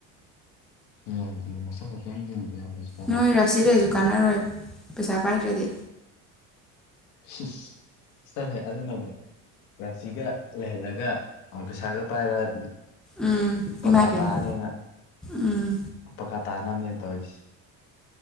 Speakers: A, on the left (about 75°); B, in the centre.
A: ꯌꯦꯡꯗꯦ ꯃꯁꯛꯀ ꯀꯩꯝ ꯌꯦꯡꯗꯦ ꯍꯧꯖꯤꯛꯀꯥꯟꯁꯦ
B: ꯅꯣꯏ ꯔꯥꯁꯤ ꯂꯩ ꯔꯁꯨ ꯀꯥꯅꯔꯣꯏꯕ ꯄꯩꯁꯥ ꯄꯥꯏꯗ꯭ꯔꯗꯤ
A: ꯆꯠꯂꯍꯦ ꯑꯗꯨꯅ ꯑꯃꯨꯛ ꯔꯥꯁꯤꯒ ꯂꯩꯍꯜꯂꯒ ꯑꯃꯨꯛ ꯄꯩꯁꯥꯒ ꯄꯥꯏꯔꯛꯑꯗꯤ
B: ꯎꯝ
A: ꯄꯀꯥ
B: ꯏꯃꯥ ꯏꯄꯦꯝꯃ
A: ꯇꯥꯅꯦꯅ
B: ꯎꯝ
A: ꯄꯀꯥ ꯇꯥꯅꯕꯅꯦꯅ ꯇꯧꯔꯤꯁꯤ